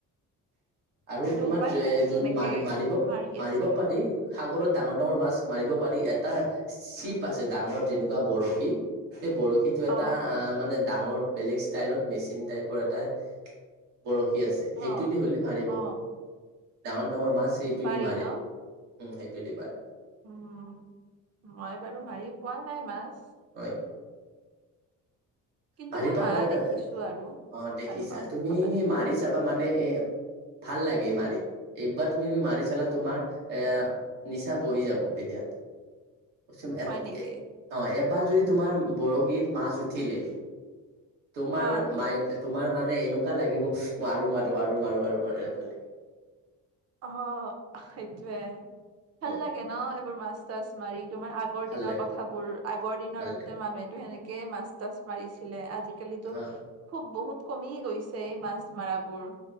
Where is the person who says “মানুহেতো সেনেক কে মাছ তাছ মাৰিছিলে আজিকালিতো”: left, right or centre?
Right